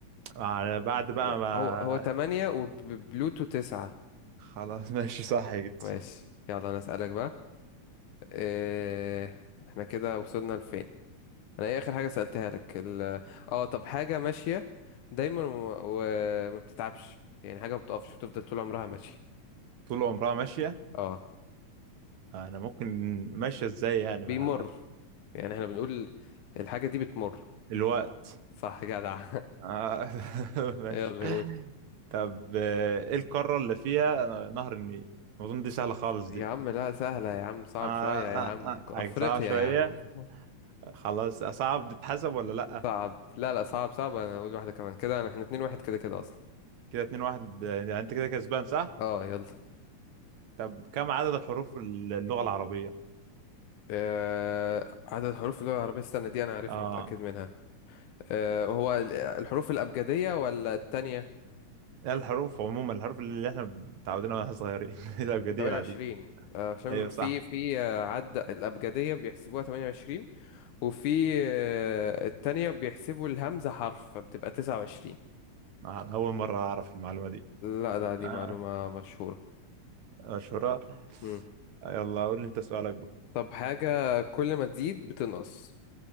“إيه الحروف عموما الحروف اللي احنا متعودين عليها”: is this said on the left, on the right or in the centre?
Right